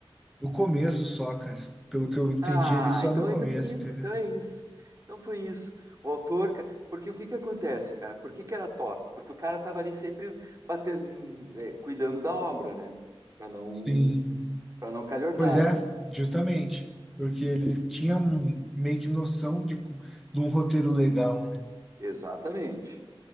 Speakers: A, in the centre; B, on the right.
A: No começo só, cara. Pelo que eu entendi
B: Ah,
A: ele só
B: então,
A: no começo,
B: então é isso,
A: entendeu?
B: então é isso. Então foi isso. O autor, ca- porque o que que acontece, cara? Por que que era top? Porque o cara tava ali sempre batendo, é, cuidando da obra, né? Para não,
A: Sim.
B: para não calhordar.
A: Pois é, justamente. Porque ele tinha um, meio que noção de, co- de um roteiro legal, né?
B: Exatamente.